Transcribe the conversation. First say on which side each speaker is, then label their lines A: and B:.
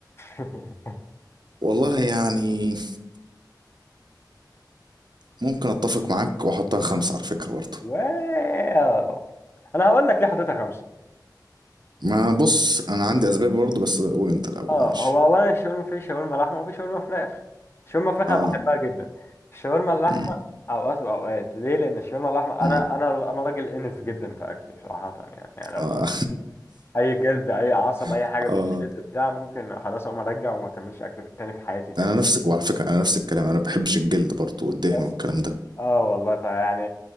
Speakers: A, on the left (about 35°); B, on the right (about 75°).
A: <laughs>
B: والله يعني ممكن أتفق معاك وأحطها خمسة على فكرة برضه
A: واو أنا هقول لك ليه حطيتها خمسة
B: ما بص أنا عندي أسباب برضه بس قول أنت الأول
A: اه
B: ماشي
A: هو اولا الشاورما في شاورما لحمه وفي شاورما فراخ الشاورما فراخ
B: اه
A: انا بحبها جدا الشاورما اللحمه
B: مم.
A: اوقات واوقات ليه لان الشاورما اللحمه
B: مم.
A: انا انا انا راجل انف جدا في اكلي صراحه يعني يعني لو
B: اه
A: في اي جلد اي عصب اي
B: <laughs>
A: حاجه بتشد
B: اه
A: بتاع ممكن خلاص اقوم ارجع وما اكملش اكل تاني في حياتي تاني
B: أنا نفس وعلى فكرة أنا نفس الكلام أنا ما بحبش الجلد برضه والدهن
A: بس
B: والكلام ده
A: اه والله فيعني